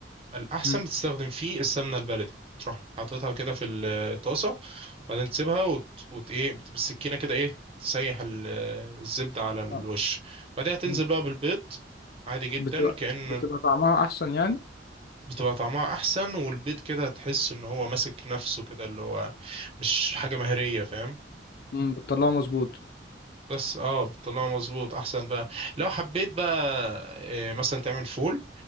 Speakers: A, on the right; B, on the left.
A: الأحسن
B: امم
A: بتستخدم فيه السمنة البلدي تروح حاططها كده في الطاسة وبعدين تسيبها وت... وت... إيه بالسكينة كده إيه تسيح ال- الزبدة على الوش
B: اه
A: بعدها تنزل
B: مم.
A: بقى بالبيض عادي جدا
B: بتبقى
A: كأنه
B: بتبقى طعمها احسن يعني
A: بتبقى طعمها أحسن والبيض كده تحس إن هو ماسك نفسه كده اللي هو مش حاجة مهرية فاهم
B: امم بتطلعه مظبوط
A: بس اه بتطلعه مظبوط أحسن بقى لو حبيت بقى إيه مثلا تعمل فول